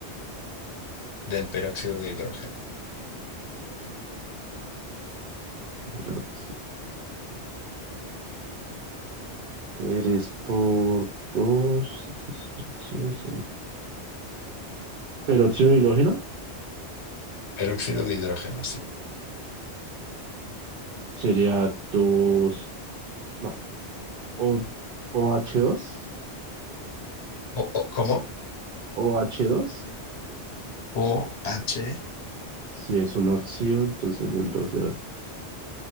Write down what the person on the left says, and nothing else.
del peróxido de hidrógeno?
Peróxido de hidrógeno, sí.
O- o- ¿Cómo?
OH.